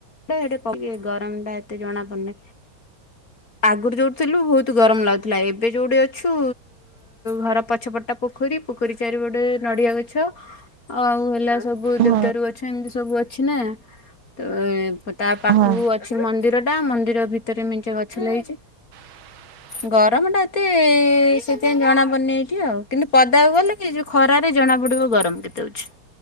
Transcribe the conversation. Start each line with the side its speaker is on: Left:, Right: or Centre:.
Left: ପକେଇ ଗରମ ଟା ଏତେ ଜଣା ପଡୁନି ଆଗରୁ ଯୋଉଠିଥିଲୁ ବହୁତ ଗରମ ଲାଗୁଥିଲା ଏବେ ଯୋଉଠି ଅଛୁ ଘର ପଛପଟଟା ପୋଖରୀ। ପୋଖରୀ ଚାରିପଟେ ନଡିଆ ଗଛ ଆଉ ହେଲା ସବୁ
Right: ହୁଁ
Left: ଦେବଦାରୁ ଗଛ ଏମିତି ସବୁ ଅଛି ନା, ତ ତା ପାଖକୁ
Right: ହଁ
Left: ସେ ମନ୍ଦିରଟା ମନ୍ଦିର ଭିତରେ ମେଞ୍ଚେ ଗଛ ଲାଗିଛି।
Right: <inaudible>
Left: ଗରମ ଟା ଏତେ ସେଥିପାଇଁ ଜଣା ପଡୁନି ଏଇଠି ଆଉ। କିନ୍ତୁ ପଦାକୁ ଗଲେ ଏ ଯୋଉ ଖରାରେ ଜଣାପଡ଼ିବ ଗରମ କେତେ ହଉଛି।